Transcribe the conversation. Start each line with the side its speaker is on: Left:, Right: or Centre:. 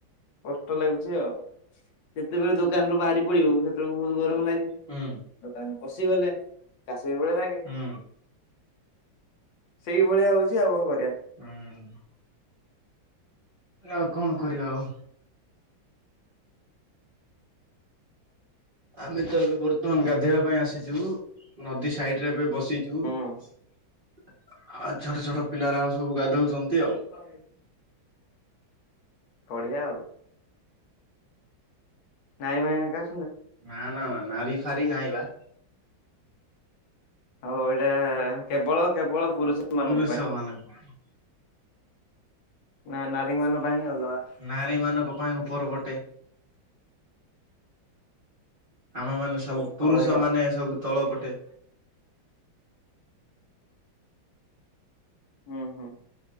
Left: କଷ୍ଟ୍ ଲାଗୁଛି ଆଉ ଯେତେବେଳେ ଦୋକାନ୍ ରୁୁ ବାହାରି ପଡିବୁ ସେତେବେଳକୁ ବୋହୁତ ଗରମ ଲାଗେ।
Right: ହୁଁ
Left: ଦୋକାନ୍ ପଶି ଗଲେ କାଶ୍ମୀରି ଭଳିଆ ଲାଗେ।
Right: ହୁଁ
Left: ସେଇ ଭଳିଆ ହଉଚି ଆଉ କଣ କରିବା।
Right: ହୁଁ। ଲେ ଆଉ କଣ କରିବା ଆଉ। ଆମେ ତ ଏବେ ବର୍ତ୍ତମାନ୍ ଗାଧେଇବା ପାଇଁ ଆସିଚୁ ନଦୀ ସାଇଡ୍ ରେ ଏବେ ବସି ଚୁ
Left: ହୁଁ
Right: ଆଉ ଛୋଟ ଛୋଟ ପିଲା ଏରାଗ ସବୁ ଗାଧଉଚନ୍ତି ଆଉ।
Left: <unintelligible> ପଢ଼ିଆ ଆଉ। ନାରୀ ମାନେଙ୍କା।
Right: ନାଁ ନାଁ ନା ନାରୀ ଫାରୀ ନାହିଁ ବା।
Left: ଆଉ ଏଇଟା କେବଳ କେବଳ ପୁରୁଷ ମାନଙ୍କ
Right: ପୁରୁଷ
Left: ପାଇଁ
Right: ମାନଙ୍କ ପାଇଁ।
Left: ନାଁ ନାରୀ ମାନଙ୍କ ପାଇଁ ଅଲଗା।
Right: ନାରୀ ମାନଙ୍କ ପାଇଁ ଉପର ଗୋଟେ। ଆମେ ମାନେ ସବୁ
Left: ହଉ
Right: ପୁରୁଷ
Left: ଆ
Right: ମାନେ ସବୁ ତଳ ପଟେ।
Left: ହୁଁ ହୁଁ।